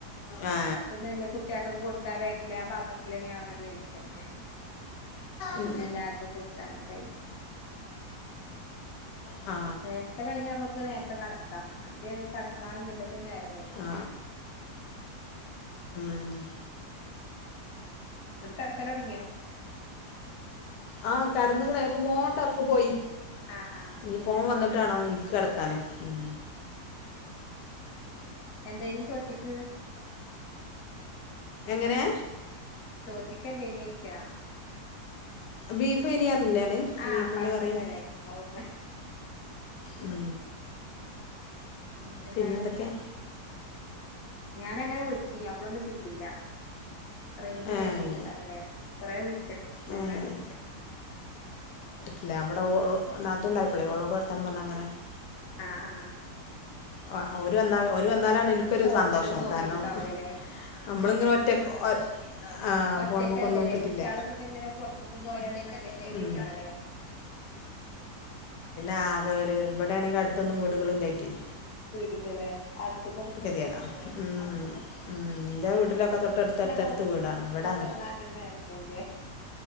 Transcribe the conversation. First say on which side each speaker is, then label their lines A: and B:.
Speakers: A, on the left; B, on the left.
A: ആ
B: അപ്പൊന്നല്ല കുട്ടികക്കൊ കൊടുത്താ വേക്കല ആ- പാത്രത്തിന്നെ അവനോട് കഴിച്ച അങ്ങനെ
A: ഉം
B: പിന്നെ എല്ലാർക്കും കൊടുത്ത അങ്ങനെ കയ്
A: അ <unintelligible>
B: നേരത്തെ കഴിഞ്ഞ നമ്മുക്ക് നേരത്തെ കെട - മറ്റേ കടക്കാൻ നിന്നിട്ട് നേരം വെളുക്കും
A: ആ ഉ <unintelligible>
B: ന കിടക്കൽ തുടങ്ങിയോ
A: ആ കടന്നിക്ണ് ഇപ്പ മോൻ ട റഫ് പോയി
B: ആഹ് ആഹ് അപ്പൊ
A: ഇനി
B: പിന്നെ
A: മോൻ വന്നിട്ടാണോ എനിക്ക് കിടക്കാന് ഉം
B: എന്ത ഇനി ചോറ്റിക്ക്?
A: എങ്ങനെ
B: ടോ ചിക്കൻ തേനേഷ്യ
A: ബീഫനി നല്ലാണ്
B: ആഹ്
A: ബീഫിന്റെ
B: പറഞ്ഞല്ലോല്ലേ
A: കറിയും
B: ഓർമ്മ
A: ഉം
B: പിന്നെ എന്താണ്ട്,?
A: പിന്നെന്തൊക്കെയാ
B: ഞാന അങ്ങനെ വിളി- ഇല്ല അപ്പളൊന്നും കിട്ടില്ല റേഞ്ചില്ലേക്ക
A: ഏഹ്
B: ഇനിക്കാരല്ലേ കൊറെേ വിളിച്ച ട് വിളിചിന്-
A: ഏഹ് അല്ലെ അവിടെ നതുണ്ടായിപ്പോളെ ഒ ളോട് പറഞ്ഞു പത്താനം പറാ ഞ്ഞ എ ങ്ങനെ <unintelligible>
B: ആ ആ
A: ആ ഓല് വന്നാ ഓല് വന്നാലാണ് എനിക്കൊരു
B: ഫോൺമലൊന്നും
A: സന്തോഷം
B: നോക്കിട്ടുണ്ടാവൂലല്ലേ
A: കാരണം- നമ്മള് ങ്ങനെ ഒറ്റക് ആ്
B: ഒറ്റക്കല്ലല്ലേ
A: ഫോണുമ്മകക്ക്‌ ഒന്നും നോക്കിട്ടില്ല
B: കുട്ടികള് പിന്നെ ഇങ്ങനെ പുറത്തേക്കും പോയാ
A: ഒറ്റക്കല്ലല്ലേ?
B: പിന്നെ ഒറ്റക്ക് ഇങ്ങനെ ഇരിക്കണല്ലേ
A: ആ അതെ ഒരു ഇവിടെയാണെങ്കിൽ അടുത്തൊന്നും വീടുകളിലയിറ്റ്-
B: വീടില്ലല്ലേഅടുത്ത് ക്കൊന്നും പ്പൊ
A: ഗതികേടാ ഉം
B: ആഹ
A: ഉം എന്റെറെ വീട്ടിലൊക്കെ തൊട്ടടുത്ത് എന്റെ എന്റെ വീട്ടിലൊക്കെ തൊട്ടടുത്തഅടുത്ത് അടുത്ത്
B: നോക്കി
A: വീടാണ് ഇവിടങ്ങനെ
B: കുത്തിർന്നാ അങ്ങനെ നേരം പോവൂലേ